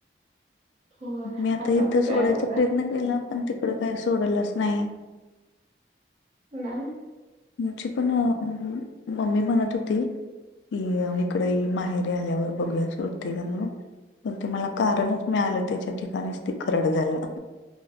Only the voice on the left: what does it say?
मी आता इथं
सोडायचा
प्रयत्न केला, पण तिकडं काही सोडलच नाही.
आमची पण मम्मी म्हणत होती ईल इकडे हि माहेरी आल्यावर बघूया सोडते काय म्हणून. पण ते मला कारणच मिळालं त्याच्या ठिकाणीच ते खरड झालं.